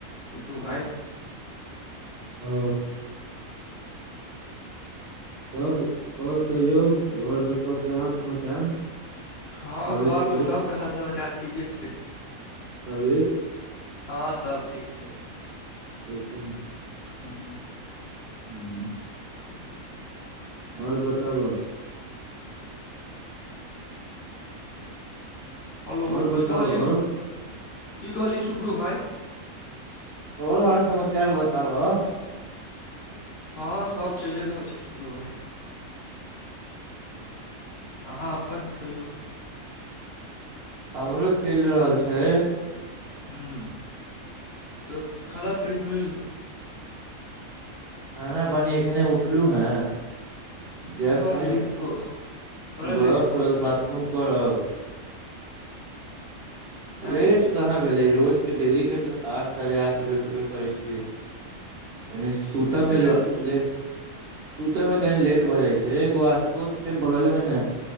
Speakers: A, on the left (about 55°); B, on the right (about 60°).
A: सुुतु भाई
B: ओ तब आओर कहीयौ घर पर सबके हाल समाचार
A: हँ
B: तबियत
A: घर
B: उबियत
A: पर सबके हाल समाचार ठीके छै
B: नवीन
A: हँ सब ठीक छै
B: ठीक छै ने
A: ह ह
B: हू
A: <inaudible>
B: आओर बताबऽ
A: हेलो
B: और बताबऽ
A: की कहलियै की कहलियै सुप्रु भाई
B: आओर हाल समाचार बताबऽ
A: हँ सब चैले रहल छै सुपरु भाई आंहा अप्पन कहियौ
B: हमरो चलि रहल छै
A: हूं त खरा पीना भेल
B: खाना पानि एखने उठलौं हेँ जेऽब
A: बड़ा
B: कनि
A: लेट भ बड़ा लेट
B: ब्रश
A: भऽ
B: व्रश
A: गेल
B: बाथरूम करब
A: आँय
B: लेट कहाँ भेलै रोजके डेली के तऽ आठ साढ़े आठ बजे उठबे करै छियै कनी सूतऽ
A: एते
B: मे
A: लेट
B: ल
A: से उठै
B: ले
A: छी
B: सुतय मे कनि लेट भऽ जाइ छै एगो आस्तोस छै बगल मे ने